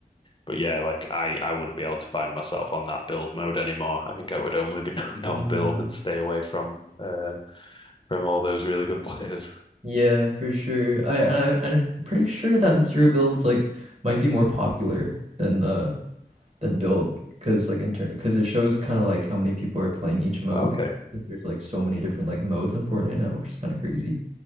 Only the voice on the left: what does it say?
but yeah, like I I wouldn't be able to find myself on that build mode anymore. I think I would only be <laughs> non-build
and stay away from uh from all those really good players. <laughs>
Okay,